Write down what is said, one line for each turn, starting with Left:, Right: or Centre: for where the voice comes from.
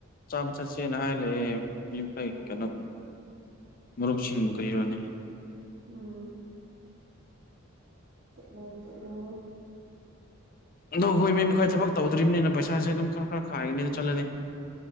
Left: ꯆꯥꯕ ꯆꯠꯁꯦꯅ ꯍꯥꯏ ꯂꯩꯌꯦ <unintelligible>
Right: ꯎꯝ
Left: ꯃꯔꯨꯞꯁꯤꯡꯕꯨ <unintelligible>
Right: ꯎꯝ ꯆꯠꯂꯣ ꯆꯠꯂꯣ
Left: ꯑꯗꯣ ꯍꯣꯏ ꯃꯦꯝꯣꯏ ꯊꯕꯛ ꯇꯧꯗ꯭ꯔꯤꯕꯅꯤꯅ ꯄꯩꯁꯥꯁꯦ ꯑꯗꯨꯝ ꯈꯔ ꯈꯔ ꯈꯥꯏꯒꯅꯤꯅ ꯆꯠꯂꯅꯤ